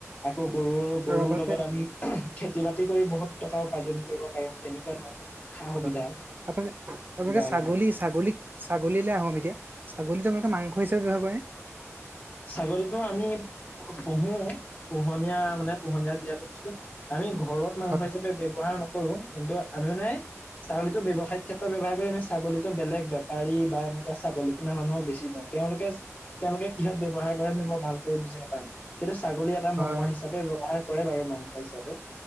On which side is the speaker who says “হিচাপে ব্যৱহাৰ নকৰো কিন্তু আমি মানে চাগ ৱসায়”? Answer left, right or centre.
Left